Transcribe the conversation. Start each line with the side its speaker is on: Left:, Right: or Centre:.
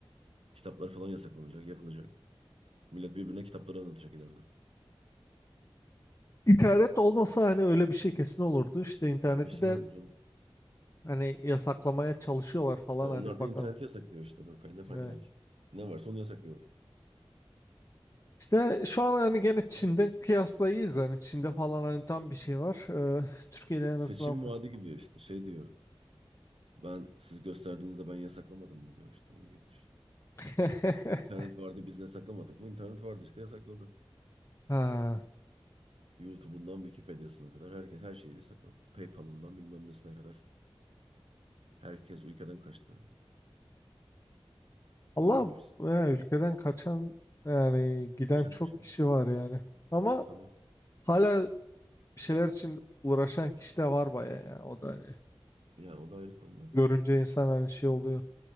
Right: Kitaplar falan yasaklanacak, yapılacak. Millet birbirine kitapları anlatacak ileride.
Left: İnternet olmasa hani öyle bir şey kesin olurdu. İşte interneti
Right: Kesin
Left: de
Right: olur canım.
Left: hani yasaklamaya çalışıyorlar falan
Right: E onlar
Left: hani bakalım.
Right: da interneti yasaklıyor işte Nurkay. Ne fark
Left: Ve
Right: eder ki? Ne varsa onu yasaklıyorlar.
Left: işte şu an hani gene Çin'den kıyaslayız hani Çin'de falan hani tam bir şey var. Ee, Türkiye'de en
Right: Seçim
Left: azından
Right: vaadi gibi işte şey diyor. Ben siz gösterdiğinizde ben yasaklamadım mı diyor işte onun gibi düşün.
Left: <laughs>
Right: İnternet vardı biz yasaklamadık mı? İnternet vardı işte yasakladı.
Left: ha.
Right: YouTube'undan Wikipedia'sına kadar herkes her şeyi yasakladı. PayPal'ından bilmem nesine kadar herkes ülkeden kaçtı.
Left: Allah
Right: İlginç bir şey.
Left: ya ülkeden kaçan yani giden
Right: Kaçan
Left: çok
Right: kaçan.
Left: kişi var yani. Ama
Right: Tabii.
Left: hala bir şeyler için uğraşan kişi de var baya ya. O da hani
Right: Yani o da ayrı konuda.
Left: görünce insan hani şey oluyor.